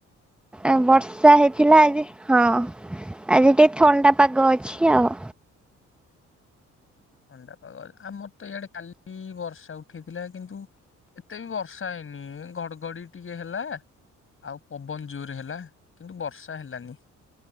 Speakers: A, in the centre; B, on the left.
A: ଆଉ ବର୍ଷା ହେଇ ହେଥିଲା ଆଜି ହଁ ଆଜି ଟିକେ ଥଣ୍ଡା ପାଗ ଅଛି ଆଉ।
B: ଥଣ୍ଡାପାଗଜ ଆମର ତ ଇଆଡେ କାଲି ବର୍ଷା ଉଠେଇଥିଲା କିନ୍ତୁ ଏତେ ବି ବର୍ଷା ହେଇନି ଘଡଘଡି ଟିକେ ହେଲା ଆଉ ପବନ ଜୋର ହେଲା କିନ୍ତୁ ବର୍ଷା ହେଲାନି,